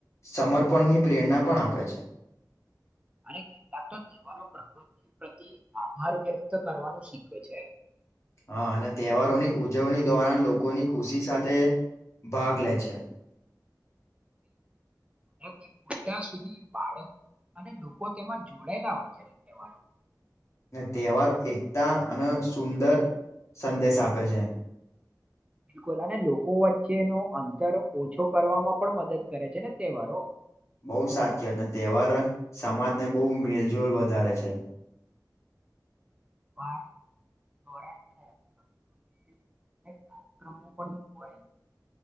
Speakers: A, on the left; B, on the right.
A: સમર્પણની પ્રેરણા પણ આપે છે. <inaudible>
B: અને કેટલાક તો તહેવારો પ્રકૃતિ પ્રતિ આભાર વ્યક્ત કરવાનું શીખવે છે.
A: હા અને તહેવારોની ઉજવણી દોરાન લોકોની ખુશી સાથે ભાગ લે છે.
B: નાથી મોટા સુધી બાળકો અને લોકો તેમાં જોડાયેલા હોય છે ને તહેવારો
A: ને તહેવાર એકતા અને સુંદર સંદેશ આપે છે.
B: બિલકુલ અને લોકો વચ્ચેનો અંતર ઓછો કરવામાં પણ મદદ કરે છે ને તહેવારો
A: બહુ સાચી અને તહેવાર સમાજને બહુ મિલઝુલ વધારે છે. <inaudible>
B: <inaudible> કારક્રમો પણ હોય.